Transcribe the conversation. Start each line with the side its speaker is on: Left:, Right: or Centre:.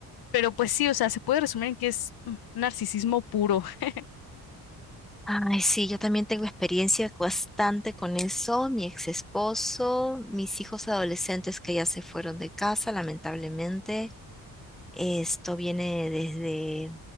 Left: pero pues sí, o sea, se puede resumir en que es mm, narcisismo puro. <laughs>
Centre: Ay, sí, yo también tengo experiencia bastante con eso. Mi ex esposo, mis hijos adolescentes que ya se fueron de casa, lamentablemente. Esto viene desde,